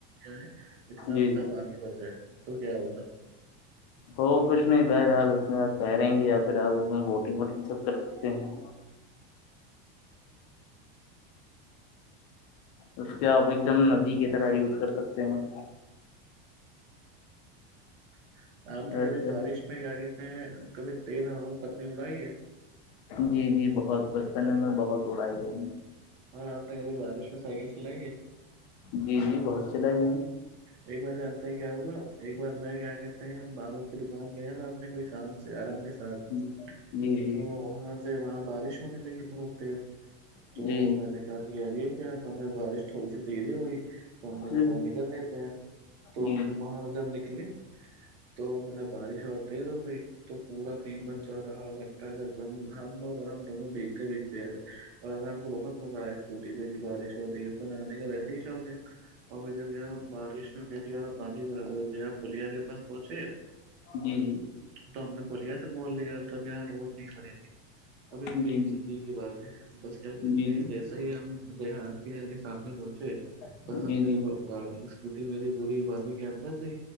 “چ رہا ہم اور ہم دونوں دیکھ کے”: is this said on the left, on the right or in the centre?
Right